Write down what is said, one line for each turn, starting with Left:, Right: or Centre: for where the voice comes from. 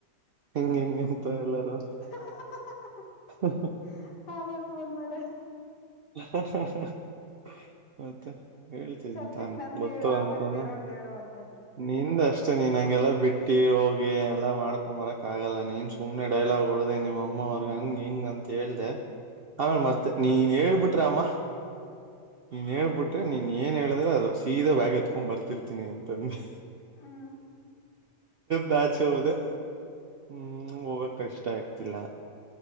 Right: ಹೆಂಗ್
Left: ಹ್ಮ್
Right: ಹೆಂ ಅಂತ ಎಲ್ಲಾರೂ
Left: <inaudible>
Right: ಹ
Left: ಹ ಮಾರ ಫೋನ್ ಮಾಡ
Right: ಹ ಮತ್ತೆ
Left: ಹ್ಮ್
Right: ಹೇಳ್ತಿದ್ದೀನಿ
Left: ಸದ್ಯಕ್
Right: ತಾನೇ
Left: ನಂದ
Right: ಗೊತ್ತು
Left: ಹೇಳು ಆಮೇಲ್
Right: ಅಂತನ
Left: ಬೇರೆಯವ್ರ್ದ ಹೇಳು ಅಂತೆ
Right: ನಿಂದಷ್ಟೇ ಅಷ್ಟೆ ನೀನ್ ಹಂಗೆಲ್ಲಾ ಬಿಟ್ಟಿ ಹೋಗಿ ಎಲ್ಲ ಮಾಡ್ ತ್ಂಬರಕ್ ಆಗಲ್ಲ ನೀನ್ ಸುಮ್ಮನೆ ಡೈಲಾಗ್ ಹೊಡದೆ ನಿಮ್ಮ ಅಮ್ಮ ಅವ್ರಿಗೆ ಹಂಗಗೆ ಹಿಂಗ ಅಂತ ಹೇಳ್ದೆ ಆಮೇಲೆ ಮತ್ತೆ ನೀನ್ ಹೇಳ್ಬಿಟ್ರಮ್ಮ ನೀನ್ ಹೇಳ್ಬಿಟ್ರೆ ನೀನ್ ಏನು ಹೇಳಿದ್ರೆ ಅದು ಸೀದಾ ಬ್ಯಾಗ್ ಎತ್ಕೊಂಡ್ ಬರ್ತಿರ್ತೀನಿ ಅಂತಂದೆ
Left: ಹ್ಮ
Right: ಬಾಚೆ ಹೋದೆ ಹ್ಮ್ ಹೋಗಕ್ ಕಷ್ಟ ಆಯತ ಲ್ಲ